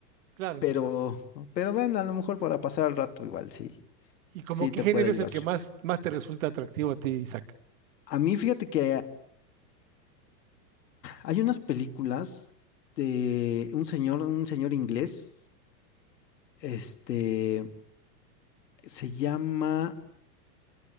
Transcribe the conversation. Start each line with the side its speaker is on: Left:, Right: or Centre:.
Right: claro.
Left: Pero, pero bueno, a lo mejor para pasar el rato igual, sí,
Right: ¿Y como
Left: sí
Right: qué
Left: te
Right: género
Left: puede ayudar.
Right: es el que más, más te resulta atractivo a ti, Isaac?
Left: A mí, fíjate que Hay unas películas de un señor, un señor inglés, este, se llama